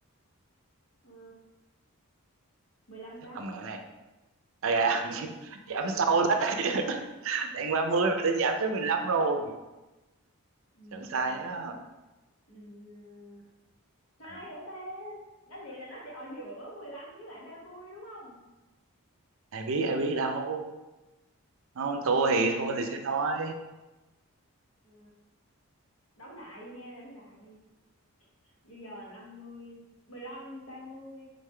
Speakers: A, on the left; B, on the right.
A: ờ, mười lăm
B: tức
A: cái
B: là mẹ này à, dạ. <laughs> giảm
A: <laughs>
B: sâu đấy <laughs> đang 30 mà đã giảm tới 15 rồi
A: Ừm,
B: sẵn sai á
A: ừm, sai
B: Ừ,
A: hả ta nói vậy là nó sẽ ở giữa 15 với lại 30 đúng không
B: ai biết ai biết đâu không
A: Thì
B: thua
A: đón
B: thì
A: đại
B: thua
A: đi
B: thì sẽ
A: bây
B: nói
A: giờ Ờ, đón đại đi nha đón đại đi bây giờ năm mươi mười lăm ba mươi